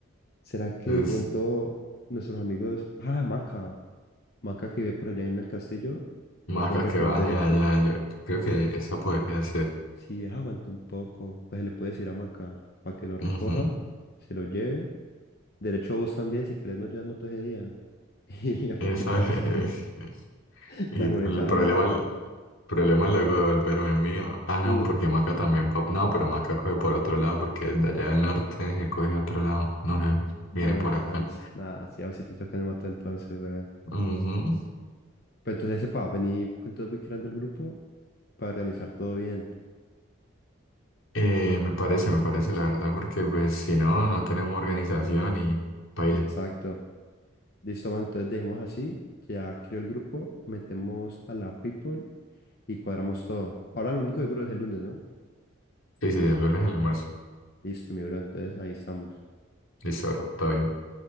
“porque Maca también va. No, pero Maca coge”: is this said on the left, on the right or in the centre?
Left